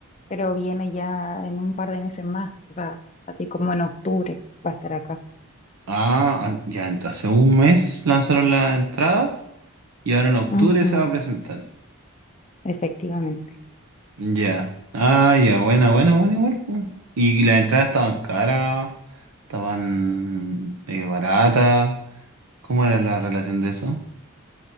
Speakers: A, on the left; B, on the right.
A: pero viene ya en un par de meses más, o sea, así como en octubre va a estar acá.
B: Ah, ah, ya, ent- hace un mes lanzaron la entrada y ahora en octubre
A: Ujú.
B: se va a presentar.
A: Efectivamente.
B: Ya. Ah, ya, buena, buena, buena igual. po. Y las entradas estaban caras, estaban eh, baratas. ¿Cómo era la relación de eso?